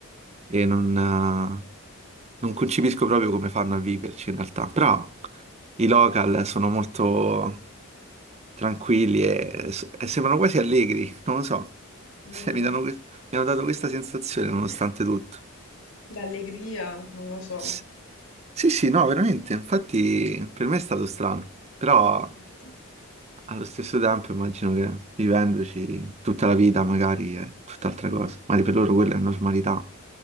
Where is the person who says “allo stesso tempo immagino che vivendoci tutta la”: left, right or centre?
Right